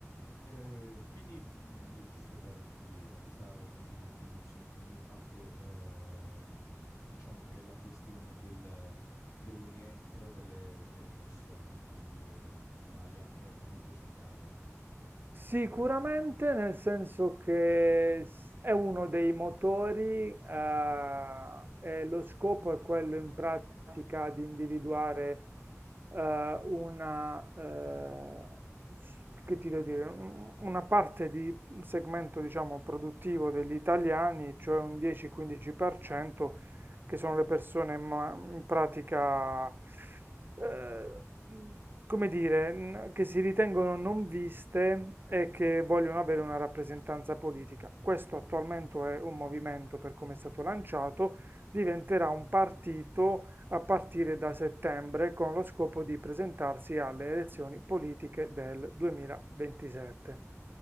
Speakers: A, on the left; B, on the right.
A: Ehm, quindi, mhmm, eh, giusto per, come dire, da questa, come dire, introduzione che m'hai fatto, ehm, diciamo che la questione del del rientro delle delle persone, come dire, in Italia è è molto centrale.
B: Sicuramente, nel senso che s- è uno dei motori, eh, e lo scopo è quello in pratica di individuare eh, una, eh, s- che ti devo dire, un- una parte di un segmento, diciamo, produttivo degli italiani, cioè un 10-15% che sono le persone ma- in pratica eh, mh, come dire, n- che si ritengono non viste e che vogliono avere una rappresentanza politica. Questo attualmente è un movimento per come è stato lanciato, diventerà un partito a partire da settembre con lo scopo di presentarsi alle elezioni politiche del 2027.